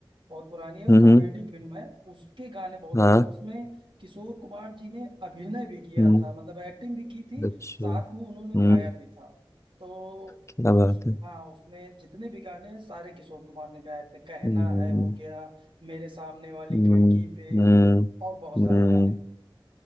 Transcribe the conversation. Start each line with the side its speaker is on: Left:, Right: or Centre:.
Right: बहुत पुरानी है
Left: हम्म
Right: कॉमेडी फिल्म है उसके गाने बहुत
Left: हाँ
Right: अच्छे हैं उसमें किशोर कुमार जी ने अभिनय भी किया
Left: हम्म
Right: था मतलब एक्टिंग भी की थी
Left: अच्छा
Right: साथ में उन्होंने
Left: हम्म
Right: गाया भी था तो
Left: क्या
Right: वो
Left: बात
Right: उस
Left: है
Right: हाँ उसमें जितने भी गाने हैं सारे किशोर कुमार ने गाए थे कहना
Left: हम्म
Right: है हो गया मेरे सामने वाली
Left: हम्म
Right: खिड़की पे
Left: हम्म
Right: और बहुत
Left: हम्म।
Right: सारे गाने